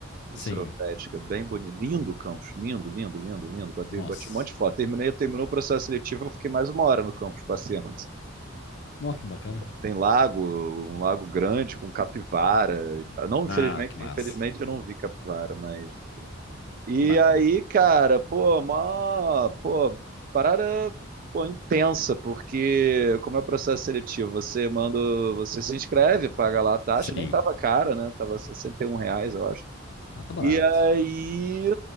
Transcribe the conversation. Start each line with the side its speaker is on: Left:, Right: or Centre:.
Right: em
Left: sim
Right: Seropédica, bem bonito. Lindo o campus, lindo, lindo, lindo, lindo. Bati,
Left: Nossa.
Right: bati um monte de foto. Terminei, terminou o processo seletivo, eu fiquei mais uma hora no campus passeando.
Left: Nossa, que bacana.
Right: Tem lago, um lago grande com capivara. e tal. Não, infelizmente,
Left: Ah, que massa.
Right: infelizmente eu não vi capivara, mas E
Left: Que bacana.
Right: aí, cara, pô, uma pô, parada, pô, intensa, porque como é o processo seletivo, você manda, o- você se inscreve, paga lá a taxa,
Left: Sim.
Right: nem tava cara, né? Tava 61 reais, eu acho.
Left: Ah, tá barato.
Right: E aí,